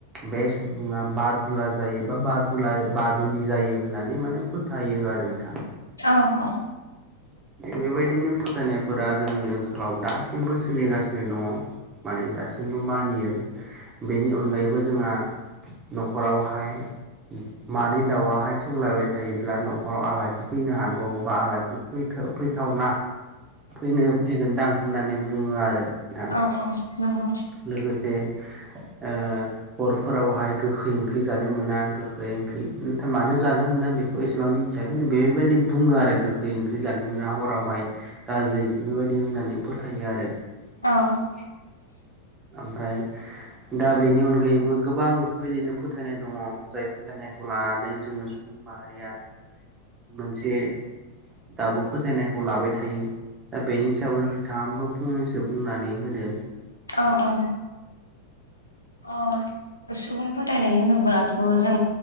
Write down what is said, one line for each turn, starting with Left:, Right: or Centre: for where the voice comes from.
Right: बे सुबुङा बादुला जायो बा बादुला बादुलि जायो होननानै माने फो थायो आरो नोंथां।
Left: औ औ।
Right: बेबायदिनो फोथायनायफोरा जोंनि ओनसोलाव दासिमबो सोलिगासिनो। नो दङ माने दासिमबो मानियो बेनि अनगायैबो जोंहा। न'खरावहाय मानै दाउआ हाय सौलायबाय थायोब्ला न'खराव आलासि फैनो हागौ बा आलासि फैथो फैथावना। फैनायाव फैगोनदां होननानै बुङो आरो। नोंथां
Left: औ-औ नंगौ।
Right: लोगोसे ओ हरफोरावहाय गोखै ओंख्रि जानो मोना गोखै ओंख्रि नाथाय मानो जानो मोना बेखौ एसेबां मि थिया खिन्थु बेबायदि बुङो आरो गोखै ओंख्रि जानो मोना हरावहाय। दाजै बेबायदि होननानै फोथायो आरो।
Left: औ।
Right: <inaudible> ओमफ्राय दा बेनि अनगायैबो गोबां बेफोरबायदिनो फोथायनाय दङ जाय फोथायनायखौ लानानै जोंङो सु सुबुं माहारिया मोनसे दाबो फोथायनायखौ लाबाय थायो। दा बेनि सायावनो नोंथाङाबो फंनैसो बुंनानै होदो।
Left: अ-औ। अ। सुबुं फोथायनाय होनोब्लाथ जों